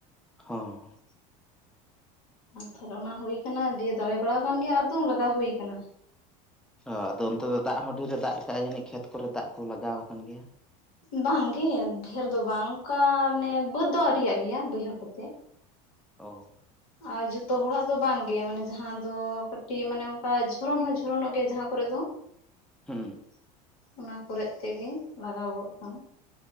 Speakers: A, in the centre; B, on the left.
A: ᱦᱚᱸ,
B: ᱟᱨ ᱛᱟᱦᱚᱞᱮ ᱚᱱᱟ ᱦᱩᱭᱳ ᱠᱟᱱᱟ ᱫᱤᱭᱮ ᱫᱟᱨᱮ ᱵᱟᱲᱟ ᱠᱟᱱ ᱜᱮ ᱟᱠᱫᱚᱢ ᱞᱟᱜᱟᱣ ᱦᱩᱭ ᱠᱟᱱᱟ᱾
A: ᱚ ᱟᱫᱚ ᱚᱱᱛᱮ ᱫᱚ ᱫᱟᱜ ᱦᱚᱸ ᱰᱷᱨᱮ ᱮ ᱫᱟᱜ ᱠᱟᱜᱼᱟ ᱡᱟᱹᱱᱤᱡ ᱠᱷᱮᱛ ᱠᱚᱨᱮ ᱫᱟᱜ ᱠᱚ ᱞᱟᱜᱟᱣ ᱠᱟᱱ ᱜᱮᱭᱟ?
B: ᱵᱟᱝ ᱜᱮ ᱰᱷᱮᱨ ᱫᱚ ᱵᱟᱝ ᱚᱱᱠᱟ ᱢᱟᱱᱮ ᱵᱟᱹᱫᱽ ᱫᱚ ᱟᱹᱨᱤᱭ ᱨᱮᱭᱟᱜ ᱜᱮᱭᱟ ᱵᱟᱹᱭᱦᱟᱹᱲ ᱠᱚᱛᱮ,
A: ᱚ᱾
B: ᱟᱨ ᱡᱷᱚᱛᱚ ᱦᱚᱲᱟᱜ ᱫᱚ ᱵᱟᱝ ᱜᱮ ᱢᱟᱱᱮ ᱡᱟᱦᱟᱸ ᱫᱚ ᱠᱟᱹᱴᱤᱡ ᱢᱟᱱᱮ ᱚᱱᱠᱟ ᱡᱷᱚᱨᱚᱱ ᱦᱚᱸ ᱡᱷᱚᱨᱚᱱᱚᱜ ᱜᱮᱭᱟ ᱡᱟᱦᱟᱸ ᱠᱚᱨᱮ ᱫᱚ, <unintelligible>
A: ᱦᱩᱸ᱾
B: ᱚᱱᱟ ᱠᱚᱨᱮᱜ ᱛᱮᱜᱮ ᱞᱟᱜᱟᱣ ᱜᱚᱫ ᱠᱟᱱᱟ᱾